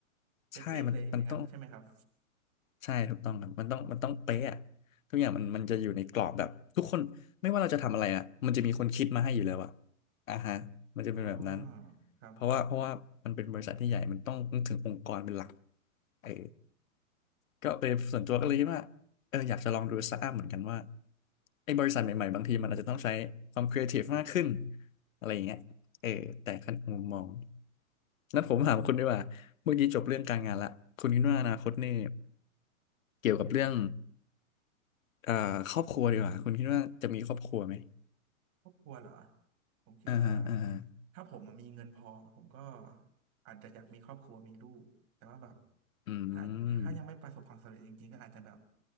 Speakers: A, on the right; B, on the left.
A: เป๊ะๆเลยอย่างนั้นใช่ไหมครับ
B: ใช่มันมันต้อง ใช่ถูกต้องครับมันต้องมันต้องเป๊ะอะ
A: อ๋อ
B: ทุกอย่างมันมันจะอยู่ในกรอบแบบทุกคนไม่ว่าเราจะทำอะไรอ่ะมันจะมีคนคิดมาให้อยู่แล้วอ่ะอ่าฮะมันจะเป็นแบบนั้น
A: อ๋อครับ
B: เพราะว่าเพราะว่ามันเป็นบริษัทที่ใหญ่มันต้องนึกถึงองค์กรเป็นหลักเออก็เป็นส่วนตัวก็เลยคิดว่าเอออยากจะลองดูสตาร์ทอัพเหมือนกันว่าไอ้บริษัทใหม่ๆบางทีมันอาจจะต้องใช้ความครีเอทีฟมากขึ้นอะไรอย่างเงี้ยเออแต่ขั้นมุมมองนั้นผมถามคุณดีกว่าเมื่อกี้จบเรื่องการงานละคุณคิดว่าอนาคตนี่ เกี่ยวกับเรื่องเอ่อครอบครัวดีกว่าคุณคิดว่าจะมีครอบครัวไหม
A: ครอบครัวเหรอผมคิดว่า
B: อ่าฮะอ่าฮะ
A: ถ้าผมอะมีเงินพอผมก็อาจจะอยากมีครอบครัวมีลูกแต่ว่าแบบ
B: อื
A: ถ้าถ้ายังไม่ประสบความสำเร็จจริงๆก็อาจจะแบบ
B: ม